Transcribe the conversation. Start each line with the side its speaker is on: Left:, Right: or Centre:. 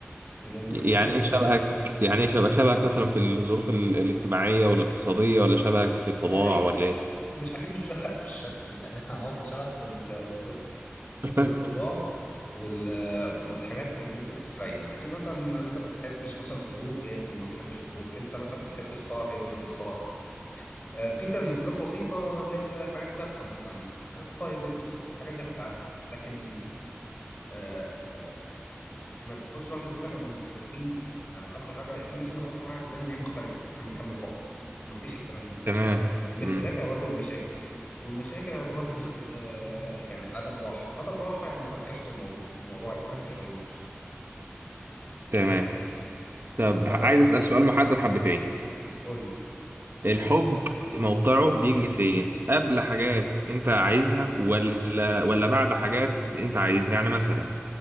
Left: لان
Right: يعني
Left: الاختلاف
Right: ايه شبهك يعني ايه شبهك شبهك مثلا في الظروف ال- الاجتماعية والاقتصادية ولا شبهك في
Left: في
Right: الطباع
Left: اي
Right: ولا ايه
Left: مش اكيد مش شبهك في الشكل يعني <laughs> انا قصدي شبهك في ال-
Right: <laughs>
Left: في الطباع وال... والحاجات اللي انت تستريح يعني مثلا انت ما بتحبش مثلا الخروج هي ما بتحبش الخروج انت مثلا بتحب السهر هي بتحب السهر آه، في تنازلات بسيطة اللي هي حاجات تافهة مثلا ستايل لبس الحاجات دي هتتعدي لكن آه، ما تاخدش واحدة تقول لك انا مختلفين يعني اكتر حاجة يعني في ناس يقول لك اكتر حاجة بتبان ان هي مختلفة احنا بنكمل بعض ما فيش الكلام ده
Right: تمام
Left: الاختلاف
Right: امم
Left: هيولد مشاكل والمشاكل هتولد اخت... آه، يعني عدم راحة وعدم راحة يعني فركشت الموضوع الموضوع هيتفركش وهيبوظ
Right: تمام طب
Left: فده
Right: عايز أسأل سؤال محدد حبتين
Left: قول لي
Right: الحب موقعه بيجي فين قبل حاجات انت عايزها ولا ولا بعد حاجات انت عايزها يعني مثلا